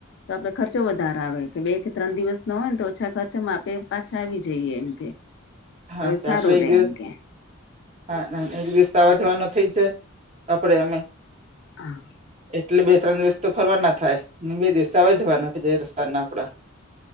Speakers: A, on the left (about 55°); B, on the right (about 30°).
A: તો આપડે ખર્ચો વધારે આવે કે બે કે ત્રણ દિવસ ન હોય ને તો ઓછા ખર્ચામાં આપે પાછા આવી જઈએ એમ કે
B: હા
A: તો સારું
B: આપડે એક
A: રે
B: દિવસ
A: એમ કે
B: હા ના એક દિવસ તો આવવાઝવા ન થઇ જાય આપરે અમે
A: હા
B: એટલે બે ત્રણ દિવસ તો ફરવા ના થાય બે દિવસવા જવાના જય રસ્તા ના આપડા